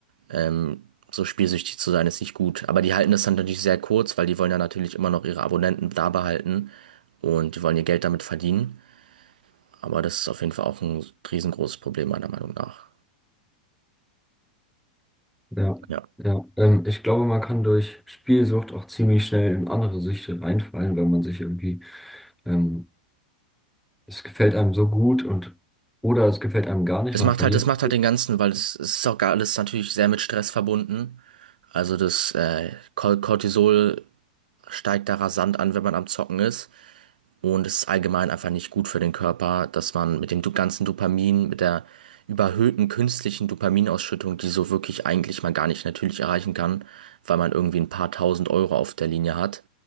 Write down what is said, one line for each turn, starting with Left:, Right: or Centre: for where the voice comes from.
Right: Ähm, so spielsüchtig zu sein ist nicht gut. Aber die halten das dann natürlich sehr kurz, weil die wollen ja natürlich immer noch ihre Abonnenten da behalten und die wollen ihr Geld damit verdienen. Aber das ist auf jeden Fall auch ein riesengroßes Problem, meiner Meinung nach.
Centre: ja,
Right: Ja.
Centre: ja, ähm, ich glaube, man kann durch Spielsucht auch ziemlich schnell in andere Süchte reinfallen, wenn man sich irgendwie ähm, es gefällt einem so gut und oder es gefällt einem gar nicht,
Right: Das
Centre: man
Right: macht
Centre: verliert.
Right: halt, das macht halt den Ganzen, weil es, es ist auch gar alles natürlich sehr mit Stress verbunden. Also das äh, Cor- Cortisol steigt da rasant an, wenn man am Zocken ist. Und es ist allgemein einfach nicht gut für den Körper, dass man mit dem du- ganzen Dopamin, mit der überhöhten künstlichen Dopaminausschüttung, die so wirklich eigentlich man gar nicht natürlich erreichen kann, weil man irgendwie ein paar tausend Euro auf der Linie hat,